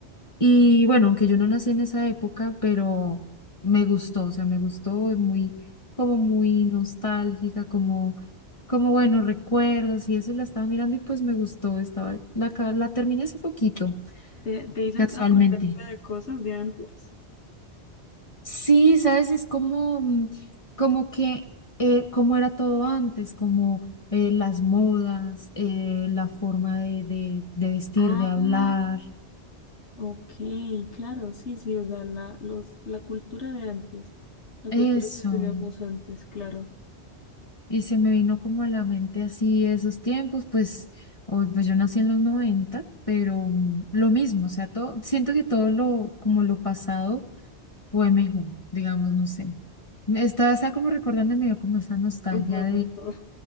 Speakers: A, on the left; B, on the left.
A: Y bueno, aunque yo no nací en esa época, pero me gustó, o sea, me gustó, es muy, como muy nostálgica, como, como bueno, recuerdos y eso, y la estaba mirando y pues me gustó, estaba, la, ca- la terminé hace poquito,
B: ¿Te, te hizo
A: casualmente.
B: acordarte de cosas de antes?
A: Sí, sabes, es como, mm, como que, eh, como era todo antes, como eh, las modas, eh, la forma de, de, de vestir,
B: Ah,
A: de hablar,
B: ok, claro, sí, sí, o sea, la, los, la cultura de antes, la
A: eso.
B: cultura que teníamos antes, claro,
A: Y se me vino como a la mente así esos tiempos, pues, hoy, pues yo nací en los noventa pero mm, lo mismo, o sea, todo, siento que todo lo, como lo pasado fue mejor, digamos, no sé. Estaba, estaba como recordando, me dio como esa nostalgia
B: fue mejor.